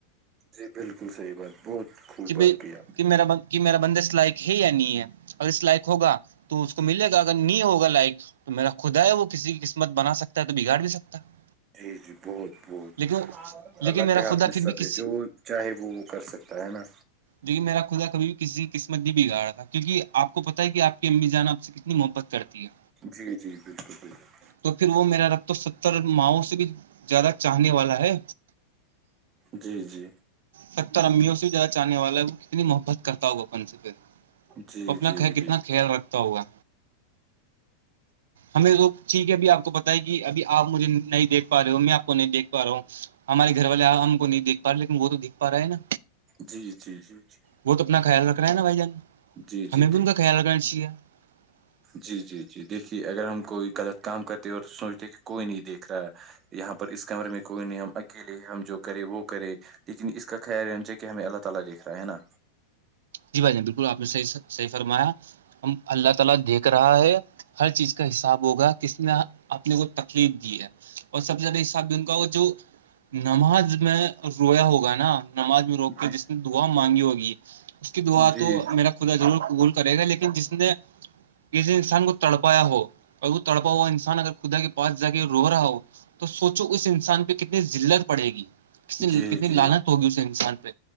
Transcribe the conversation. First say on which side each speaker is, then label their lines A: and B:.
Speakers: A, on the right (about 25°); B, on the right (about 60°).
A: جی بالکل صحیح بات بہت خوب
B: کہ
A: بات
B: بھی
A: کی آپ نے
B: کہ میرا ب میرا بندے سلائیک ہے یا نہیں ہے اگر اس لائک ہوگا تو اس کو ملے گا اگر نہیں ہوگا لائک تو میرا خودا ہے وہ کسی کی قسمت بنا سکتا ہے تو بگاڑ بھی سکتا ہے
A: جی جی بہت بہت
B: لیکن
A: اللہ
B: لیکن میرا
A: کے ہاتھ
B: خدا
A: میں
B: پھر
A: سب
B: بھی کسی
A: ہے جو چاہے وہ وہ کر سکتا ہے نا
B: جوک کہ میرا خدا کبھی بھی کسی قسمت نہیں بگا رہا تھا کیوںک آپ کو پتا ہے کہ آ امی جان آپ سے کتنی محبت کرتی ہے
A: جی جی بالکل بالکل
B: تو پھر وہ میرا رب تو ستر ماہؤ سے بھی زیادہ چاہنے والا ہے
A: جی جی
B: ستر امیوں سے زیادہ چاہنے والا ہے کتنی محبت کرتا ہو گپن سے پھر
A: جی
B: اپنا
A: جی جی
B: کتنا خیال رکھ ہوگا ہمیں تو ٹھیک ہےب آپ کو پت ہے کہ ابھی آپ مجھے نہیں دیکھا رہے ہو میں آپ کو نہیں دھ پا رہا ہوں ہمارے گھر والے آپ ہم کو نہیںیکھ پا رہے لیکن وہ تو دیکھ پا ہےا
A: جی جی جی جی
B: وہ تو اپنا خیال رکھنا ہے نا بھائی جان
A: جی جی
B: ہمیں بھی
A: جی
B: ان کا خیال رکھنا <inaudible>
A: جی جی جی دیکھیے اگر ہم کوئی غلط کام کرتے اور سوچتے کہ کوئی نہیں دیکھ رہا ہے یہاں پر اس کمرے میں کوئی نہیں ہم اکیلے ہم جو کرے وہ کرے لیکن اس کا خیال ہے ان چاہ کہ ہمیں اللہ تعالی دیکھ رہا ہے نا
B: جی بھائی جان بالکل آپ نے صحی صحیح فرمایا ہم اللہ تعالی دیکھ رہا ہے ہر چیز کا حساب ہوگا کسی نے اپنے کو تکلیف دی ہے اور سب سے زیادہ حساب بھی ان کا وہ جو نماز میں رویا ہوگا نا نماز میں روک کے
A: جی
B: جس نے دعا مانگی ہوگی اس کی دعا
A: جی
B: تو میرا خدا ضور قبول کرے گا لیکن جس نے جسے انسان کو تڑپایا ہو اور وہ تڑپا ہوا انسان اگر خدا کے پاس جا کے رو رہا ہو تو سوچو اس انسان پہ کتنی لت پڑے گی ک
A: جی
B: کتنی
A: جی
B: لالت ہوگی اس انسان پہ